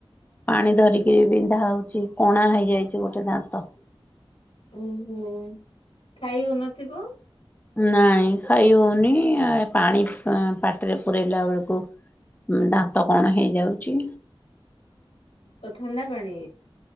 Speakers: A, on the left (about 15°); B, on the left (about 75°).
A: ପାଣି ଧରିକି ବିନ୍ଧା ହଉଛି କଣା ହେଇଯାଇଛି ଗୋଟେ ଦାନ୍ତ
B: ଓହୋ ଖାଇ ହଉନଥିବ
A: ନାଇଁ ଖାଇ ହଉନି ପାଣି ପାଟିରେ ପୁରଇଲା ବେଳକୁ ଦାନ୍ତ କଣ ହେଇଯାଉଛି
B: ତ ଥଣ୍ଡା ପାଣି